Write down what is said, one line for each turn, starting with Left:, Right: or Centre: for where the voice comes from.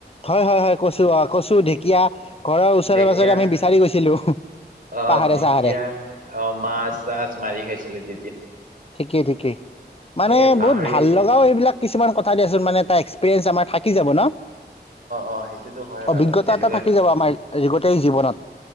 Left: হয় হয় হয় কচো অ কচো ঢেকীয়া ঘৰৰ ওচৰে
Right: ঢেকীয়া
Left: পাজৰে আমি বিচাৰি গৈছিলো।
Right: অ
Left: পাহাৰে
Right: ঢেকীয়া
Left: চাহাৰে
Right: অ মাছ চাছ মাৰি খাইছিলে দ।
Left: ঠিকেই ঠিকেই মানে
Right: এ পাহাৰীয়া
Left: বহুত ভাল লগাও এইবিলাক কিছুমান কথা। মানে এটা এক্সপিৰিয়েঞ্চ আমাৰ থাকি যাব ন।
Right: অঁ সেইটোতো হয় বাৰু
Left: অভিজ্ঞতা
Right: যেনেকুৱা।
Left: এটা থাকি যাব আমাৰ গোটেই জীৱনত